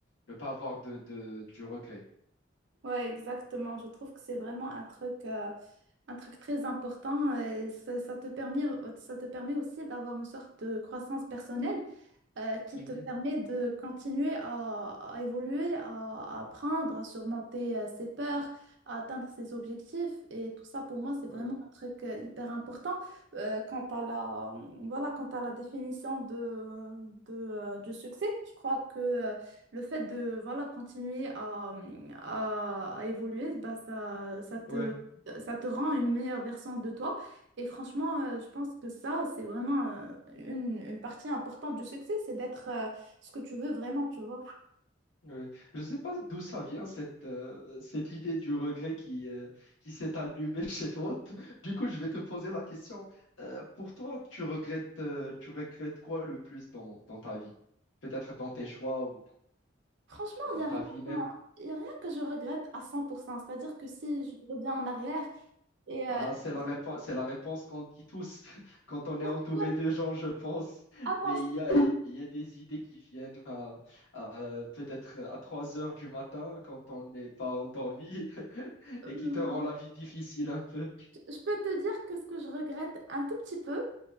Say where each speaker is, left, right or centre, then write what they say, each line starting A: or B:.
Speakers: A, on the left; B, on the right.
A: ne pas avoir de, de, du regret.
B: Ouais, exactement. Je trouve que c'est vraiment un truc euh, un truc très important et ça, ça te permet, ça te permet aussi d'avoir une sorte de croissance personnelle euh, qui
A: Mhm,
B: te permet de continuer à, à évoluer, à, à apprendre, à surmonter euh, ses peurs, à atteindre ses objectifs. Et tout ça, pour moi, c'est
A: ouais.
B: vraiment un truc euh, hyper important. Euh, quant à la, voilà, quant à la définition de, de, euh, du succès, je crois que euh, le fait de voilà, continuer à, à, à évoluer, bah, ça, ça te,
A: Ouais.
B: ça te rend une meilleure version de toi. Et franchement, euh, je pense que ça, c'est vraiment euh, une, une partie importante du succès, c'est d'être euh, ce que tu veux vraiment, tu vois.
A: Oui. Je ne sais pas d'où ça vient, cette, euh, cette idée du regret qui, euh, qui s'est allumée <laughs> chez toi. Du coup, je vais te poser la question. Euh, pour toi, tu regrettes, euh, tu regrettes quoi le plus dans, dans ta vie? Peut-être dans tes choix ou dans,
B: Franchement,
A: dans
B: il n'y a
A: ta
B: rien,
A: vie même.
B: il y a rien que je regrette à 100%. C'est-à-dire que si je reviens en arrière et euh,
A: Ah, c'est la
B: je
A: réponse,
B: vais
A: c'est la réponse qu'on dit tous <laughs> quand on est entouré
B: te dire,
A: de gens, je pense.
B: attends,
A: Mais il y
B: je
A: a, il y a des idées qui viennent à, à, peut-être à 3 heures du matin quand on n'est pas endormi <laughs>
B: euh,
A: et qui te rend la vie difficile un peu.
B: je peux te dire que ce que je regrette un tout petit peu,